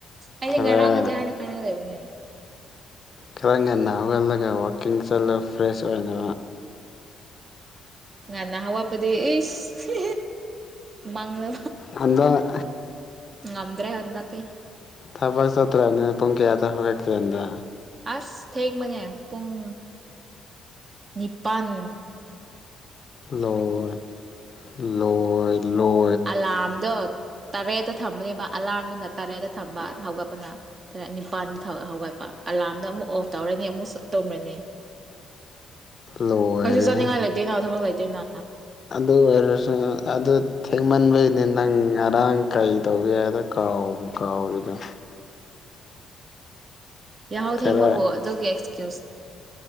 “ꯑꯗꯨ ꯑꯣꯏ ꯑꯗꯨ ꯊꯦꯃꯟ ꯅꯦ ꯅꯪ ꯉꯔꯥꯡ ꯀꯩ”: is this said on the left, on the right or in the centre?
Left